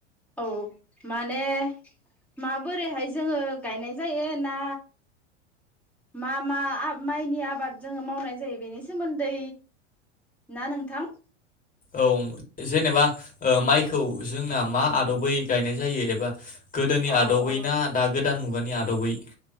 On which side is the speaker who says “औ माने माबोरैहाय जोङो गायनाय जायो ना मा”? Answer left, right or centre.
Centre